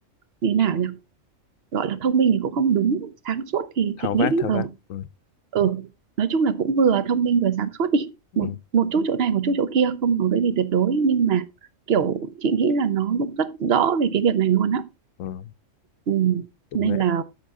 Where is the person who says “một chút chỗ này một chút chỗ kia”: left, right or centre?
Right